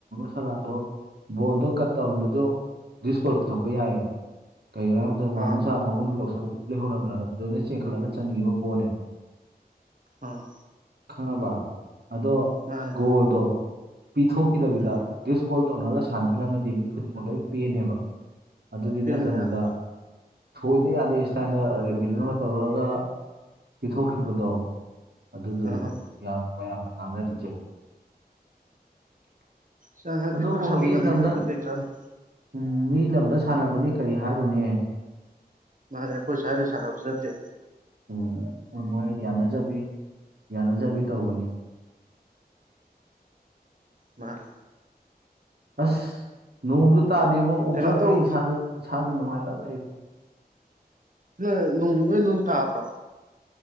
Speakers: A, on the right (about 80°); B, on the right (about 55°).
A: ꯁꯅꯥꯗꯣ ꯕꯣꯟꯗꯣ ꯀꯠ ꯇꯧꯔꯗꯨꯁꯨ ꯁꯀꯣ ꯄꯨꯊꯣꯛꯄ ꯌꯥꯏꯑꯕ ꯀꯩꯔꯥ ꯑꯗꯨ ꯃꯥ
B: ꯑꯥ
A: ꯃꯁꯥ ꯃꯈꯨꯝ ꯂꯧꯁ ꯂꯩꯍꯧꯔꯕ꯭ꯔꯥ ꯑꯗꯨꯅ ꯆꯦꯟꯈꯠꯂꯒ ꯆꯟꯈꯤꯕ ꯕꯣꯅꯦꯕ
B: ꯑ
A: ꯈꯪꯉꯕ꯭ꯔ ꯑꯗꯣ
B: ꯃꯥꯅꯦ
A: ꯒꯣꯜꯗꯣ ꯄꯤꯊꯣꯛꯈꯤꯗꯕꯤꯗ
B: ꯎꯝ
A: ꯗꯤꯁ ꯒꯣꯜ ꯇꯧꯅꯔꯒ ꯁꯥꯟꯅꯍꯜꯂꯝꯃꯗꯤ ꯃꯤ ꯈꯨꯗꯤꯡꯃꯛ ꯂꯣꯏ ꯄꯦꯅꯦꯕ ꯑꯗꯨꯗꯤ
B: ꯄꯦꯟꯅꯤ
A: ꯅꯠꯇꯕꯤꯗ
B: ꯑꯥ
A: ꯊꯣꯏꯗ ꯌꯥꯗꯦ ꯁꯥꯏꯗ ꯔꯦꯚꯤꯅꯌꯨ ꯇꯧꯔꯒ ꯄꯤꯊꯣꯛꯈꯤꯕꯗꯣ ꯑꯗꯨꯗꯨꯅꯦꯕ
B: ꯑꯥ
A: ꯌꯥꯝꯅ ꯃꯌꯥꯝꯅ ꯉꯥꯡꯅꯔꯤꯁꯦ
B: ꯎꯝ ꯑꯩ ꯍꯟꯗꯛꯇ
A: ꯑꯗꯨꯕꯨ
B: ꯐꯥꯥ ꯁꯥꯎꯅꯤꯡꯉꯃꯦꯗ
A: ꯃꯤ ꯂꯝꯗ
B: ꯕꯤꯠ ꯂꯩꯇꯔꯕꯅꯦ
A: ꯎꯝ ꯃꯤ ꯂꯝꯗ ꯁꯥꯟꯅꯕꯅꯤ ꯀꯔꯤ ꯍꯥꯏꯔꯨꯅꯦ
B: ꯃꯥꯅꯦ ꯑꯩꯈꯣꯏ ꯁ꯭ꯋꯥꯏꯗ ꯁꯥꯟꯅꯕꯁꯨ ꯅꯠꯇꯦ
A: ꯎꯝ ꯃꯣꯏ ꯃꯣꯏ ꯌꯥꯅꯖꯕꯤ ꯌꯥꯅꯖꯕꯤ ꯇꯧꯕꯅꯦ
B: ꯃꯅꯦ
A: ꯑꯁ ꯅꯣꯡꯁꯨ ꯇꯥꯗꯦꯕꯣ ꯑꯣꯝꯆꯥꯛꯅꯩ
B: ꯀꯩꯅꯣ ꯇꯧ
A: ꯏꯁꯥꯖꯦ ꯏꯁꯥꯁꯨ ꯅꯨꯡꯉꯥꯏꯇ ꯂꯩꯕ
B: ꯅ ꯅꯣꯡ ꯅꯣꯏ ꯅꯣꯡ ꯇꯥꯕ꯭ꯔꯣ